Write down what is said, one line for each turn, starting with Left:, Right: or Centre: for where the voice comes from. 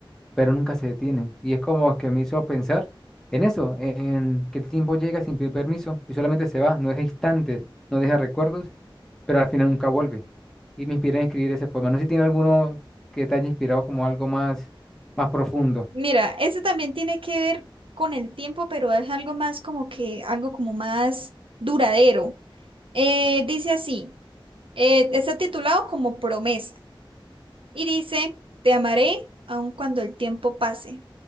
Centre: pero nunca se detiene. Y es como que me hizo pensar en eso, en que el tiempo llega sin pedir permiso y solamente se va, no deja instantes, no deja recuerdos, pero al final nunca vuelve. Y me inspiré a escribir ese poema. No sé si tiene alguno que te haya inspirado como algo más, más profundo.
Right: Mira, ese también tiene que ver con el tiempo, pero es algo más como que, algo como más duradero. Eh, dice así, eh, está titulado como Promesa. Y dice, te amaré aun cuando el tiempo pase,